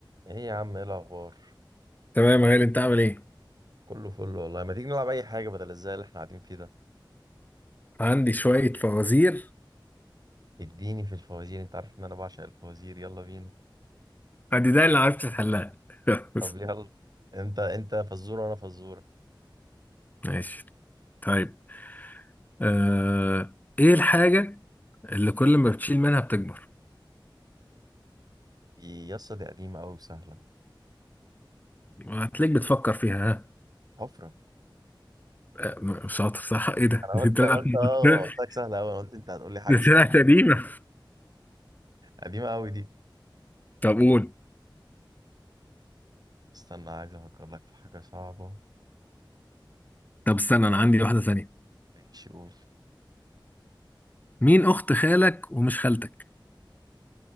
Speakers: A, on the right; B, on the left.
A: ايه يا عم ايه الاخبار
B: تمام يا غالي انت عامل ايه؟
A: كله فل والله ما تيجي نلعب اي حاجه بدل الزي اللي احنا قاعدين فيه ده
B: عندي شوية فوازير
A: اديني في الفوازير انت عارف ان انا بعشق الفوازير يلا بينا
B: عندي ده اللي عرفت تحلها <laughs> بس
A: طب يلا انت انت فزوره وانا فزوره
B: ماشي طيب آه... ايه الحاجة اللي كل ما بتشيل منها بتكبر؟
A: دي يسطا دي قديمه قوي سهله
B: هتلاقيك بتفكر فيها ها
A: حفره
B: آه، م- شاطر صح ايه ده؟
A: انا
B: <laughs> دي
A: قلت
B: طلعت
A: انا قلت
B: <laughs>
A: اه أنا قلت لك سهله قوي انا قلت انت هتقول لي حاجه
B: دي
A: صعبه
B: طلعت قديمة
A: قديمه قوي دي
B: طب قول
A: استنى عايز افكر لك في حاجه صعبه
B: طب استنى انا عندي واحدة ثانية
A: ماشي قول
B: مين اخت خالك ومش خالتك؟